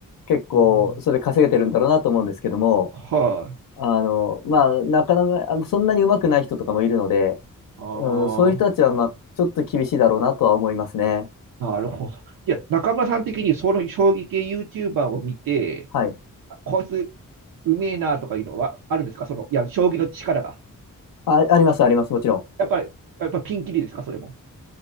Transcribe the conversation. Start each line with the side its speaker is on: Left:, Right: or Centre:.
Left: 結構、
Right: うん
Left: それで稼げてるんだろうなと思うんですけども、
Right: はい、
Left: あの、まあ、なかなか、あの、そんなに上手くない人とかもいるので、
Right: ああ、
Left: うん、そういう人たちは、まあ、ちょっと厳しいだろうなとは思いますね。
Right: なるほど。いや、中村さん的にその将棋系 YouTuber を見て、
Left: はい。
Right: あこいつうめえなとかいうのはあるんですかその、いや、将棋の力が。
Left: あ、あります、あります、もちろ
Right: やっぱり、やっぱピンキリですかそれも。